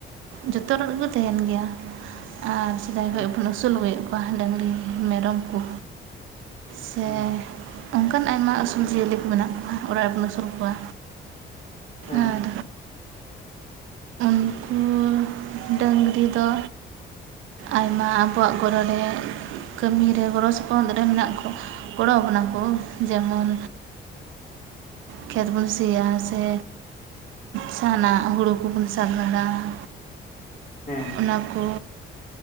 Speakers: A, on the right; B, on the left.
A: ᱡᱚᱛᱚ ᱨᱮᱱ ᱜᱮᱠᱚ ᱛᱟᱦᱮᱱ ᱜᱮᱭᱟ ᱟᱨ ᱥᱮᱫᱟᱭ
B: ᱦᱮᱸ
A: ᱠᱷᱚᱱ ᱵᱚ ᱟᱹᱥᱩᱞᱼᱼ ᱟᱹᱥᱩᱞ ᱦᱩᱭᱩᱜ ᱠᱚᱣᱟ ᱰᱟᱝᱨᱤ ᱢᱮᱨᱚᱢ ᱠᱚ ᱥᱮᱼᱼ
B: ᱦᱮᱸ
A: ᱚᱱᱠᱟᱱ ᱟᱭᱢᱟ ᱟᱹᱥᱩᱞ ᱡᱤᱭᱟᱹᱞᱤ ᱠᱚ ᱢᱮᱱᱟᱜ ᱠᱚᱣᱟ ᱚᱲᱟᱜ ᱨᱮᱵᱚᱱ ᱟᱹᱥᱩᱞ ᱠᱚᱣᱟ
B: ᱦᱮᱸ
A: ᱟᱨᱼᱼ ᱩᱱᱠᱩ ᱰᱟᱹᱝᱨᱤ ᱫᱚᱼᱼ ᱟᱭᱢᱟ ᱟᱵᱚᱣᱟᱜ ᱜᱚᱲᱚ ᱨᱮ ᱠᱟᱹᱢᱤᱨᱮ ᱜᱚᱲᱚ ᱥᱚᱯᱚᱦᱚᱫ ᱨᱮ ᱢᱮᱱᱟᱜ ᱠᱚᱣᱟ᱾ ᱜᱚᱲᱚᱣᱟᱵᱚᱱ ᱟᱠᱚ ᱡᱮᱢᱚᱱᱼᱼ ᱠᱷᱮᱛ ᱵᱚᱱ ᱥᱤᱭᱟ ᱥᱮᱼᱼ ᱡᱟᱦᱟᱱᱟᱜ ᱦᱩᱲᱩ ᱠᱚᱵᱚᱱ ᱥᱟᱜᱟᱲᱟ ᱾
B: ᱦᱮᱸ
A: ᱚᱱᱟ ᱠᱚ,